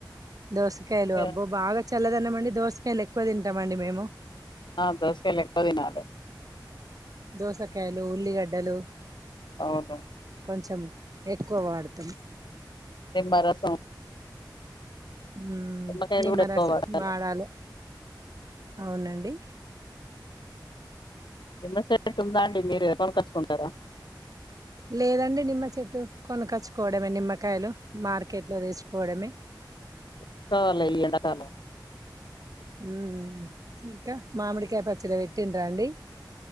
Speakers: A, on the right; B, on the left.
A: దోసకాయలు
B: ఇక,
A: అబ్బో బాగా చల్లదనం అండి దోసకాయలు ఎక్కువ దింటామండి మేము
B: ఆ దోసకాయలు ఎక్కువ దినాలే
A: దోసకాయలు ఉల్లిగడ్డలు
B: అవును
A: కొంచెం ఎక్కువ వాడుతం
B: నిమ్మరసం
A: ఊమ్
B: నిమ్మకాయలు
A: నిమ్మరసం
B: కూడా ఎక్కువ వాడాలి
A: వాడాలె అవునండి
B: నిమ్మ చెట్టు ఉందా అండి మీరు కొనుకొచ్చుకుంటరా
A: లేదండి నిమ్మ చెట్టు, కొనుకొచ్చుకోవడమే నిమ్మకాయలు, మార్కెట్ లో తెచ్చుకోవడమే.
B: తెచ్చుకోవాలే ఈ ఎండాకాలం
A: ఊ ఇంకా మామిడికాయ పచ్చడ వెట్టిండ్ర అండి